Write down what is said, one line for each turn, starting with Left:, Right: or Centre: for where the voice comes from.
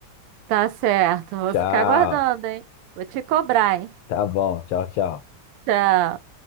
Right: Tá certo. Vou
Left: Tchau.
Right: ficar aguardando, hein? Vou te cobrar, hein?
Left: Tá bom, tchau, tchau.
Right: Tchau.